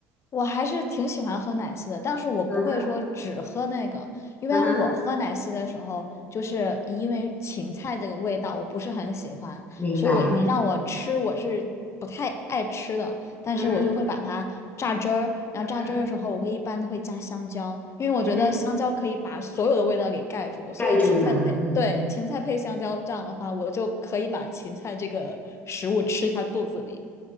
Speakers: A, on the left (about 40°); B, on the left (about 25°).
A: 我还是挺喜欢喝奶昔的，但是我不会说只喝那个，
B: 嗯哼，
A: 因为我喝奶昔的时候，
B: 嗯哼，
A: 就是因为芹菜这个味道我不是很喜欢，
B: 明白，
A: 所以我你让我吃我是不太爱吃的，但是我就会把它榨汁儿，
B: 嗯哼。
A: 然后榨汁儿的时候我会一般会加香蕉，
B: 嗯。
A: 因为我觉得香蕉可以把所有的味道给盖住，
B: 嗯哼，
A: 所以芹菜配，
B: 盖住了，嗯
A: 对，芹菜配香蕉这样的话，我就可以把芹菜这个食物吃下肚子里。